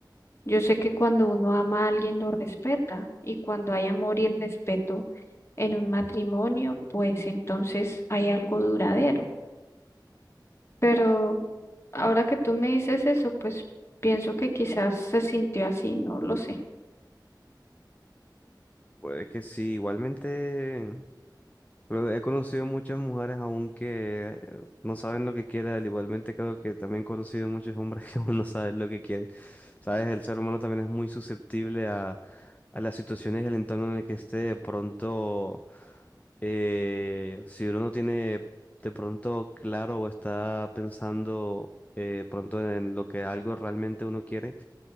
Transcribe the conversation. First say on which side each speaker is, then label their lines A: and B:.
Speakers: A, on the left (about 35°); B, on the left (about 20°).
A: Yo sé que cuando uno ama a alguien lo respeta y cuando hay amor y respeto en un matrimonio, pues entonces hay algo duradero. Pero ahora que tú me dices eso, pues pienso que quizás se sintió así, no lo sé.
B: Puede que sí, igualmente. pero He conocido muchas mujeres aún que eh, no saben lo que quieren. Igualmente creo que también he conocido muchos hombres <laughs> que aún no saben lo que quieren. Sabes, el ser humano también es muy susceptible a, a las situaciones y al entorno en el que esté. De pronto. Eh, si uno no tiene de pronto claro o está pensando eh, pronto en lo que algo realmente uno quiere,